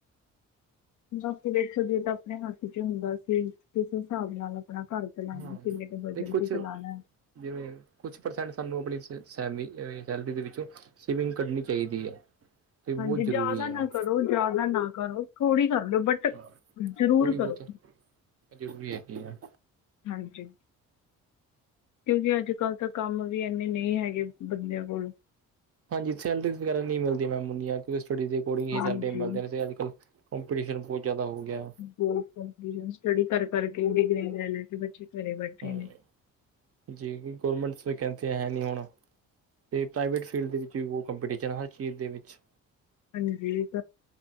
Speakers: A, on the left; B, on the right.
A: ਬਾੱਸ ਵੇਖੋ ਜੇ ਤਾ ਆਪਨੇ ਹੱਥ ਚ ਹੁੰਦਾ <unintelligible> ਕਿਸ ਹਿਸਾਬ ਨਾਲ ਆਪਣਾ ਘਰ ਚਲਾਉਣਾ,
B: ਹਾਂ ਨਹੀਂ
A: ਕਿਵੇਂ ਐਮਰਜੈਂਸੀ
B: ਕੁਛ
A: ਚਲਾਉਣਾ।
B: ਜਿਵੇਂ, ਕੁਛ ਪਰਸੈਂਟ ਸਾਨੂੰ ਆਪਣੀ ਸੈਲਰੀ ਦੇ ਵਿੱਚੋਂ। ਸੇਵਿੰਗ ਕਡਨੀ ਚਾਹੀਦੀ ਹੈ, ਏ ਬਹੁਤ
A: ਹਾਂਜੀ
B: ਜ਼ਰੂਰੀ
A: ਜ਼ਿਆਦਾ ਨਾ
B: ਹੈ।
A: ਕਰੋ ਜ਼ਿਆਦਾ ਨਾ ਕਰੋ, ਥੋੜ੍ਹੀ ਕਰ ਲੋ, ਬਟ।
B: ਹਾਂ,
A: ਜ਼ਰੂਰ
B: ਥੋੜੀ
A: ਕਰੋ
B: ਬੋਤ ਜ਼ਰੂਰੀ ਹੈਗੀ ਆ।
A: ਹਾਂਜੀ, ਕਿਉਂਕਿ ਅੱਜ ਕੱਲ੍ਹ ਤਾਂ ਕੰਮ ਵੀ ਇੰਨੇ ਨਹੀਂ ਹੈਗੇ ਬੰਦਿਆਂ ਕੋਲ। ਬੋਲੋ।
B: ਹਾਂਜੀ, ਸੈਲਰੀਜ਼ ਵਗੈਰਾ ਨਹੀਂ ਮਿਲਦੀ। ਤੇ ਮੈਂ ਮੰਨਿਆ ਕਿ ਸਟੱਡੀ ਦੇ ਅਕੋਰਡਿੰਗ ਹੀ
A: ਹਾਂਜੀ।
B: ਸੈਲਰੀਆ ਮਿਲਦੇ ਨੇ, ਅੱਜ ਕੱਲ ਕੰਪੀਟੀਸ਼ਨ ਬਹੁਤ ਜ਼ਿਆਦਾ ਹੋ ਗਿਆ।
A: ਉਹ ਕਨਫੂਜ਼ਨ, ਸਟੱਡੀ ਕਰ ਕਰਕੇ ਡਿਗਰੀਆਂ ਲੈ ਲੈ ਕੇ ਬੱਚੇ। ਘਰੇ ਬੈਠੇ
B: ਹਾ
A: ਨੇ
B: ਜੀ ਗੌਰਮੈਂਟਸ ਵਕੈਸਿਆਂ ਐ ਨੀ ਹੁਣ। ਅਤੇ ਪ੍ਰਾਈਵੇਟ ਫੀਲਡ ਦੇ ਵਿੱਚ ਵੀ ਬਹੁਤ ਕੰਪੀਟੀਸ਼ਨ, ਹਰ ਚੀਜ਼ ਦੇ ਵਿੱਚ।
A: ਮਨਜੀਤ